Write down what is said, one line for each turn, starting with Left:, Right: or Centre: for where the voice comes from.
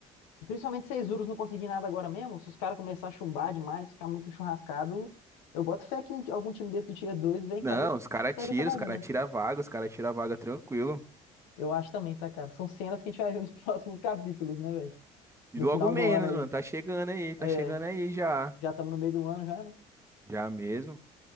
Left: principalmente se Urus não conseguir nada agora mesmo, se os caras começar a chumbar demais, ficar muito churrascado, eu boto fé que um- algum time desse do Tier dois vem
Right: Não,
Left: cá e
Right: os caras
Left: pega
Right: tiram,
Left: essa vaguinha.
Right: os caras tiram a vaga, os caras tiram a vaga tranquilo.
Left: Eu acho também, tá, cara? São cenas que a gente vai ver nos <laughs> próximos capítulos, né, velho?
Right: E
Left: No
Right: logo
Left: final
Right: menos,
Left: do ano aí.
Right: mano. Tá chegando aí, tá
Left: É,
Right: chegando aí já.
Left: já estamos no meio do ano já, né?
Right: Já mesmo.